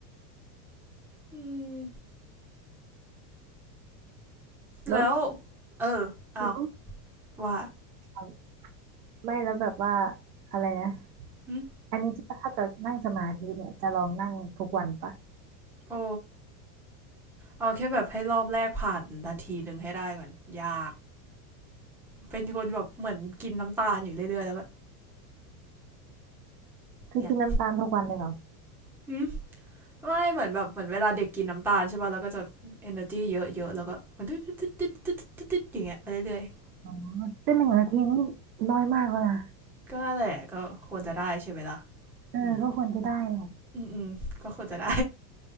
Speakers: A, in the centre; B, on the right.
A: อืม
B: แล้ว
A: แล้ว เออ เอา
B: แล้
A: ว่า
B: วไม่แล้วแบบว่าอะไรนะ
A: หึ
B: อันนี้ถ้าจะนั่งสมาธิเนี่ยจะลองนั่งทุกวันปะ
A: โอ้เอาแค่แบบให้รอบแรกผ่านนาทีหนึ่งให้ได้ก่อนยาก เป็นคนแบบเหมือนกินน้ำตาลอยู่เรื่อยๆแล้วก็
B: คือกินน้ำตาลทุกวันเลยเหรอ
A: เงี้ยหึ ไม่เหมือนแบบเหมือนเวลาเด็กกินน้ำตาลใช่ป่ะแล้วก็จะ energy เยอะๆแล้วก็มันตึ๊ดตึ๊ดตึ๊ดตึ๊ดตึ๊ดึดึดอย่างเงี้ยไปเรื่อย
B: อ๋อซึ่งหนึ่งนาทีนี่น้อยมากเลยนะ
A: ๆก็น่าแหละก็ควรจะได้ใช่ไหมล่ะ
B: เออก็ควรจะได้เลย
A: อืมอืมอืมก็ควรจะได้